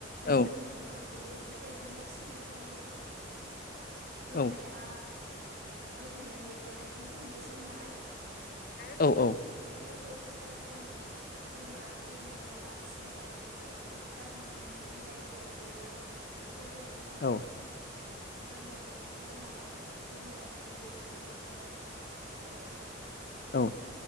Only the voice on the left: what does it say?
औ
औ
औ औ
औ
औ